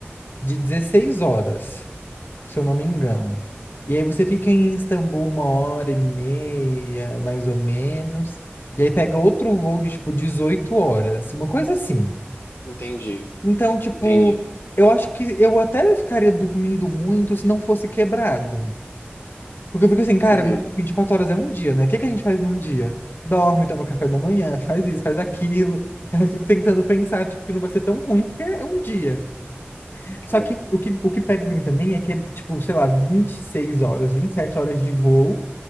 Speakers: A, on the left; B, on the left.
A: de 16 horas, se eu não me engano. E aí você fica em Istambul uma hora e meia, mais ou menos, e aí pega outro voo de, tipo, 18 horas, uma coisa assim.
B: entendi,
A: Então, tipo,
B: entendi.
A: eu acho que eu até ficaria dormindo muito se não fosse quebrado. Porque eu fico assim, cara,
B: Uhum,
A: mais de 24 horas é um dia, né? O que que a gente faz num dia? Dorme, toma café da manhã, <laughs> faz isso, faz aquilo. Aí Eu fico tentando pensar, tipo, que não vai ser tão ruim, porque é um dia. Só
B: é.
A: que o que, o que pega pra mim também é que é, tipo, sei lá, 26 horas, 27 horas de voo.